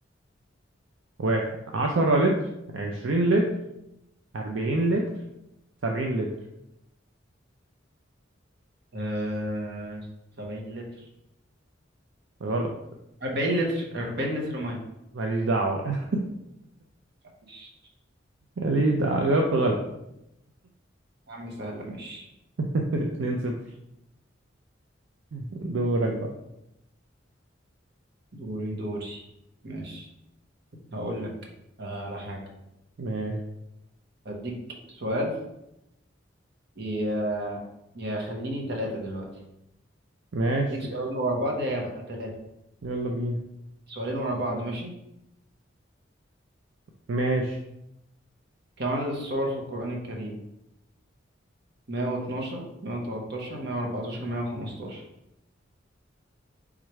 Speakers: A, on the right; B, on the right.
A: واحد عشرة لتر عشرين لتر أربعين لتر سبعين لتر
B: آه... 70 لتر
A: غلط
B: 40 لتر 40 لتر ميه
A: ماليش دعوة <laughs>
B: ماشي.
A: ماليش دعوة جاوبت غلط
B: يا عم سهلة ماشي
A: <laughs> اتنين صفر دورك بقى
B: دوري دوري ماشي هقول لك آه على حاجة
A: ماشي
B: أديك سؤال يا يا خليني ثلاثة دلوقتي
A: ماشي
B: أديك سؤالين
A: يلا
B: ورا بعض يا يبقى ثلاثة
A: يلا بينا
B: سؤالين ورا بعض ماشي
A: ماشي
B: كم عدد السور في القرآن الكريم 112 113 114 115